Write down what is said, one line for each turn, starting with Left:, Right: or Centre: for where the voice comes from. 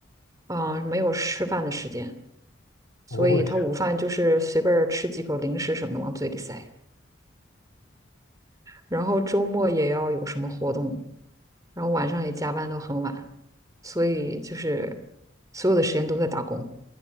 Right: 啊、没有吃饭的时间，所以他午饭就是随便儿吃几口零食什么的往嘴里塞，
Left: 哦，我天，
Right: 然后周末也要有什么活动，然后晚上也加班到很晚，所以就是所有的时间都在打工。